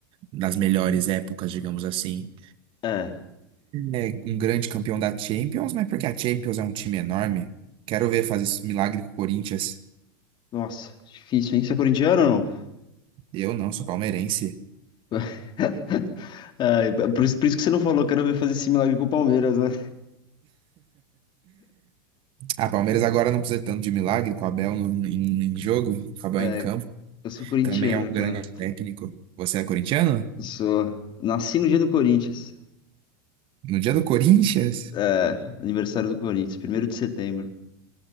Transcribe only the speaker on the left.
É,
nossa, difícil, hein? Você é corintiano ou não?
<laughs> É, por isso, por isso que você não falou, quero ver fazer esse milagre com o Palmeiras, né?
É,
eu sou corintiano,
cara.
Eu sou. Nasci no dia do Corinthians.
É, aniversário do Corinthians, primeiro de setembro.